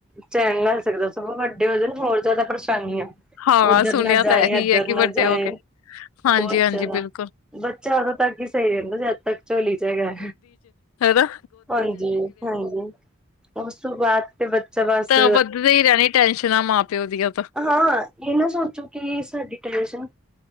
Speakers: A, in the centre; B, on the left.
A: ਚੈਨ ਲੇ ਨਹੀ ਸਕਦਾ, ਸਗੋਂ ਵੱਡੇ ਹੋ ਜਾਣ ਹੋਰ ਜ਼ਿਆਦਾ ਪਰੇਸ਼ਾਨੀ ਆ
B: ਹਾਂ
A: ਉੱਧਰ
B: ਸੁਣਿਆ
A: ਨਾ ਜਾਏ
B: ਤਾਂ ਇਹੀ
A: ਇੱਧਰ
B: ਹੈ ਕਿ
A: ਨਾ
B: ਵੱਡੇ
A: ਜਾਏ
B: ਹੋ ਕੇ ਹਾਂਜੀ,
A: ਬਹੁਤ
B: ਹਾਂਜੀ
A: ਜ਼ਿਆਦਾ
B: ਬਿਲਕੁਲ।
A: ਬੱਚਾ ਉਦੋਂ ਤੱਕ ਹੀ ਸਹੀ ਰਹਿੰਦਾ, ਜਦ ਤੱਕ ਝੋਲੀ ਚ ਹੈਗਾ।
B: ਹੈਨਾ।
A: ਹਾਂਜੀ, ਹਾਂਜੀ ਉਸ ਤੋਂ ਬਾਅਦ। ਤੇ ਬੱਚਾ ਬਸ,
B: ਤਾਂ ਵੱਧਦੀ ਹੀ ਰਹਿਣੀ ਟੈਨਸ਼ਨਾਂ ਮਾਂ ਪਿਓ ਦੀਆਂ ਤਾਂ
A: ਹਾਂ। ਇਹ ਨਾ ਸੋਚੋ ਕਿ ਸਾਡੀ ਟੈਸ਼ਨ,